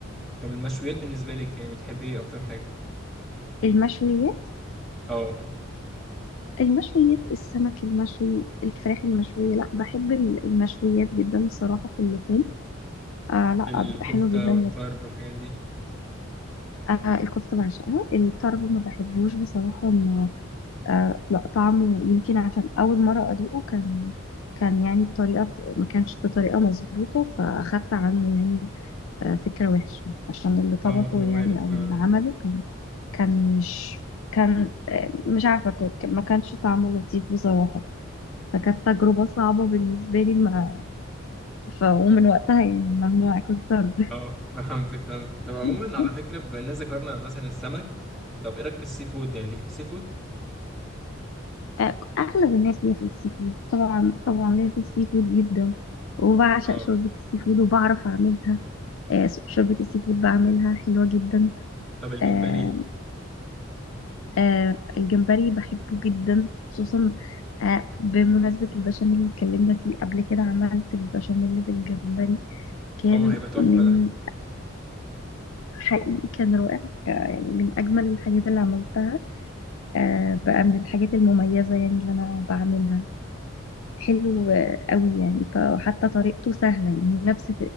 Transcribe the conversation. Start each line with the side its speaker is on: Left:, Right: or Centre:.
Centre: طب المشويات بالنسبه لك يعني بتحبي ايه اكتر حاجه
Left: المشويات
Centre: اه اه
Left: المشويات السمك المشوي الفراخ المشوية لا بحب ال- المشويات جدا بصراحة في اللحوم آه لا
Centre: الكفته
Left: بتبقى حلوة جدا
Centre: والطرب والحاجات دي
Left: آه الكفتة بعشقها الطرب ما بحبوش بصراحة ما آه لا طعمه يمكن عشان اول مرة ادوقه كان كان يعني بطريقة ما كانش بطريقة مظبوطة فأخدت عنه يعني فكرة وحشة عشان اللي طبخه
Centre: اه هو
Left: يعني
Centre: وارد فعلا
Left: أو اللي عمله كان كان مش كان آه، مش عارفة كنت ما كانش طعمه لطيف بصراحة فكانت تجربة صعبة بالنسبة لي مع ف... ومن وقتها يعني ممنوع أكل طرد
Centre: اه <laughs> فهمتك فهمتك طب عموما
Left: <laughs>
Centre: على فكره بما اننا ذكرنا مثلا السمك طب ايه رايك في السي فود يعني ليك في السي فود
Left: آه، أغلب الناس ليا في السي فود طبعا طبعا ليا في السي فود جدا وبعشق
Centre: اه
Left: شوربة السي فود وبعرف أعملها آه، شوربة السي فود بعملها حلوة جدا
Centre: طب الجمبري
Left: آه، آه الجمبري بحبه جدا خصوصا آه بمناسبة البشاميل اللي اتكلمنا فيه قبل كده عملت البشاميل بالجمبري كان
Centre: اه هيبقى تحفة
Left: من
Centre: ده
Left: حقيقي كان رائع آه يعني من أجمل الحاجات اللي عملتها آه بقى من الحاجات المميزة يعني اللي أنا بعملها حلو قوي يعني ط- وحتى طريقته سهلة يعني نفس